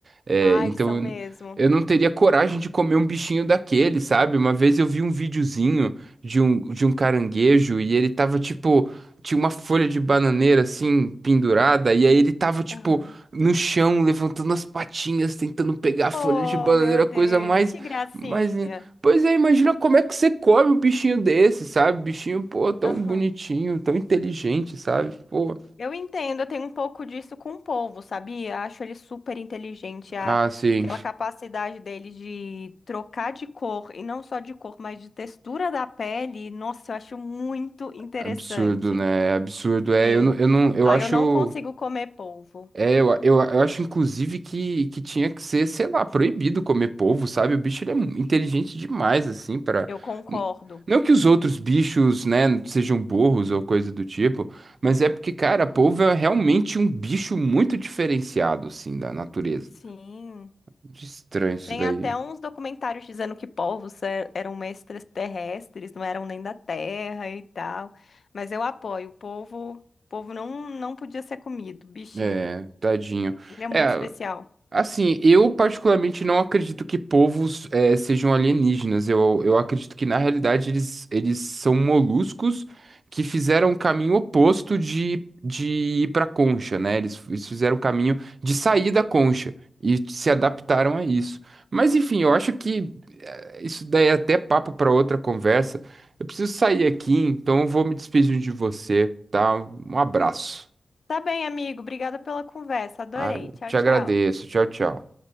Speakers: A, on the right; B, on the left.
A: É,
B: Ai,
A: então
B: são mesmo.
A: eu, eu não teria coragem de comer um bichinho daquele, sabe? Uma vez eu vi um videozinho de um, de um caranguejo e ele tava, tipo, tinha uma folha de bananeira, assim, pendurada, e aí ele tava, tipo,
B: Aham.
A: no chão, levantando as patinhas, tentando pegar a folha
B: Oh,
A: de bananeira,
B: meu Deus,
A: coisa mais...
B: que gracinha.
A: Mas Pois é, imagina como é que você come um bichinho desse, sabe? Bichinho, pô, tão
B: Aham.
A: bonitinho, tão inteligente, sabe? Pô.
B: Eu entendo, eu tenho um pouco disso com o povo, sabia? Acho ele super inteligente, a,
A: Ah, sim.
B: aquela capacidade dele de trocar de cor, e não só de cor, mas de textura da pele. Nossa, eu acho muito interessante.
A: Absurdo, né? Absurdo. É,
B: Sim.
A: eu não, eu não, eu
B: Ah,
A: acho,
B: eu não consigo comer polvo.
A: é, eu, eu, eu acho inclusive que, que tinha que ser, sei lá, proibido comer polvo, sabe? O bicho ele é mu- inteligente demais assim para
B: Eu concordo.
A: não que os outros bichos, né, sejam burros ou coisa do tipo, mas é porque, cara, polvo é realmente um bicho muito diferenciado assim da natureza.
B: Sim.
A: Muito estranho isso
B: Tem
A: daí.
B: até uns documentários dizendo que polvos é- eram extraterrestres, não eram nem da Terra e tal. Mas eu apoio. O povo, o povo não, não podia ser comido. Bichinho
A: É, tadinho.
B: Ele é muito
A: É,
B: especial.
A: assim, eu particularmente não acredito que povos é, sejam alienígenas. Eu, eu acredito que, na realidade, eles, eles são moluscos que fizeram o caminho oposto de, de ir pra concha, né? Eles, eles fizeram o caminho de sair da concha e se adaptaram a isso. Mas, enfim, eu acho que é, isso daí é até papo pra outra conversa. Eu preciso sair aqui, então eu vou me despedir de você, tá? Um abraço.
B: Tá bem, amigo. Obrigada pela conversa. Adorei.
A: Ah,
B: Tchau,
A: te
B: tchau.
A: agradeço. Tchau, tchau.